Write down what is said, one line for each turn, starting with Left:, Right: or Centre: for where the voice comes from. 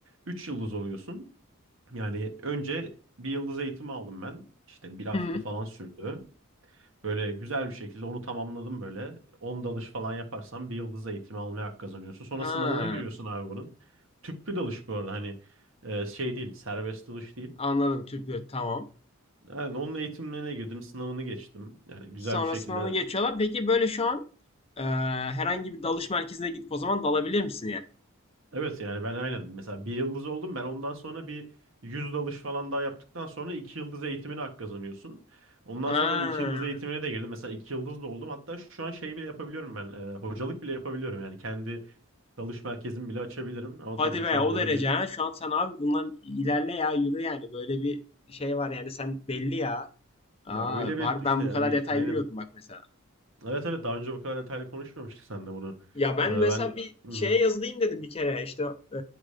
Right: üç yıldız oluyorsun. Yani önce bir yıldız eğitimi aldım ben. İşte bir hafta
Left: Hı hı.
Right: falan sürdü. Böyle güzel bir şekilde onu tamamladım böyle. 10 dalış falan yaparsan bir yıldız eğitimi almaya hak kazanıyorsun. Sonra
Left: Ha
Right: sınavına giriyorsun abi bunun. Tüplü dalış bu arada hani e, şey değil, serbest dalış değil.
Left: anladım tüplü tamam.
Right: Yani onun eğitimlerine girdim, sınavını geçtim. Yani güzel
Left: Sonra
Right: bir şekilde
Left: sınavı geçiyorlar. Peki böyle şu an e, herhangi bir dalış merkezine gidip o zaman dalabilir misin yani?
Right: Evet yani ben aynen mesela bir yıldız oldum ben ondan sonra bir yüz dalış falan daha yaptıktan sonra iki yıldız eğitimine hak kazanıyorsun. Ondan
Left: Ha.
Right: sonra ben iki yıldız eğitimine de girdim mesela iki yıldız da oldum hatta şu an şey bile yapabiliyorum ben e, hocalık bile yapabiliyorum yani kendi dalış merkezimi bile açabilirim ama
Left: Hadi
Right: tabii
Left: be
Right: şu an
Left: o
Right: öyle
Left: derece
Right: bir
Left: ha. Şu an sen abi bundan ilerle ya yürü yani. Böyle bir şey var yani sen belli ya. Aa,
Right: ya öyle bir
Left: var
Right: işte
Left: ben bu
Right: hani
Left: kadar detay
Right: aynen
Left: bilmiyordum bak mesela.
Right: evet evet daha önce bu kadar detaylı konuşmamıştık seninle bunu.
Left: Ya ben
Right: E, ben
Left: mesela bir
Right: hı
Left: şeye yazılayım dedim bir kere işte e,